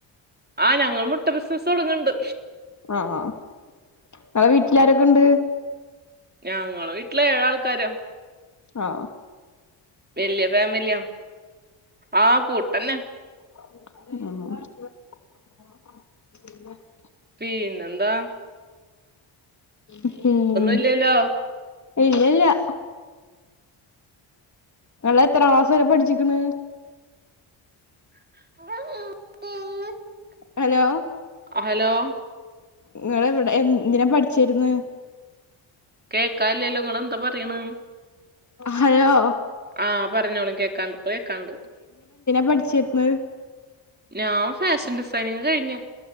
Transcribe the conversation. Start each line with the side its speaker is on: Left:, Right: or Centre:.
Right: ആ ഞങ്ങൾ മുട്ട ബിസിനസ്സ് തുടങ്ങണ്ട്.
Left: ആ നിങ്ങളെ വീട്ടിലാരൊക്കെണ്ട്?
Right: ഞങ്ങളെ വീട്ടില് ഏഴാൾക്കാരാ.
Left: ആ
Right: വെല്യ ഫാമിലിയാ ആ കൂട്ടന്നെ
Left: ഉ <unintelligible>
Right: പിന്നെ ന്താ
Left: <unintelligible>
Right: ഇല്ലല്ലോ
Left: ഇല്ലല്ല നിങ്ങൾ എത്ര ക്ലാസം വരെ പഠിച്ചിക്കണ്
Right: <unintelligible>
Left: ഹലോ
Right: ഹലോ
Left: നിങ്ങവിടെ എന്തിനാ പഠിച്ചിരുന്നെ
Right: കേക്കാല്ലാല്ലോ നിങ്ങന്താ പറയണ്
Left: ഹലോ
Right: ആഹ പറഞ്ഞോളെ കേക്കാണ്ട് ഇപ്പൊ കേക്കാണ്ട്
Left: പഠിച്ചരുന്നെ
Right: ഞാൻ ഫാഷൻ ഡിസൈനിങ് കഴിഞ്ഞു